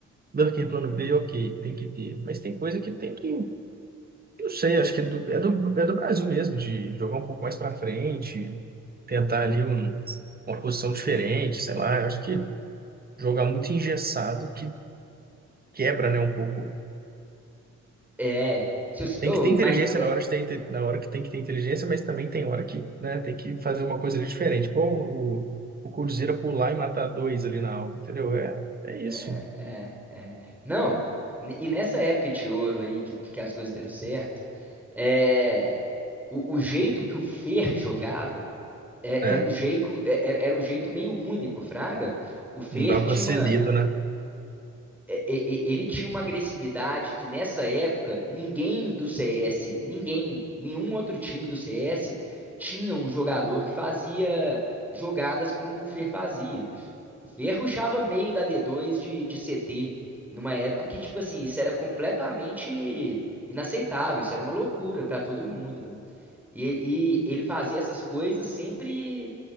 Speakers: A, on the right (about 30°); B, in the centre.
A: não, que plano B, ok, tem que ter. Mas tem coisa que tem que. eu Não sei, acho que é do, é do, é do Brasil mesmo, de jogar um pouco mais para frente, tentar ali um, uma posição diferente, sei lá. Eu acho que jogar muito engessado que quebra, né, um pouco.
B: É. Se eu, se-
A: Tem
B: ô,
A: que ter inteligência
B: mas é,
A: na hora de ter, inte- na hora que tem que ter inteligência, mas também tem hora que, né, tem que fazer uma coisa ali diferente. Pô, o, o Cruzeiro pular e matar dois ali na alta, entendeu? É, é isso.
B: É, é, é. Não, n- e nessa época de ouro aí que, que as coisas deram certo, é, o, o jeito que o Fer jogava é-
A: É,
B: era um jeito, é- era era um jeito meio único, Fraga. O Fer
A: não dá para
B: tinha
A: ser
B: uma,
A: lido, né?
B: é- é- é- ele tinha uma agressividade que nessa época ninguém do CS, ninguém, nenhum outro time do CS tinha um jogador que fazia jogadas como o Fer fazia. Ele rushava meio da D2 de, de CT, numa época que, tipo assim, isso era completamente inaceitável, isso era uma loucura pra todo mundo, mano. E, e ele fazia essas coisas sempre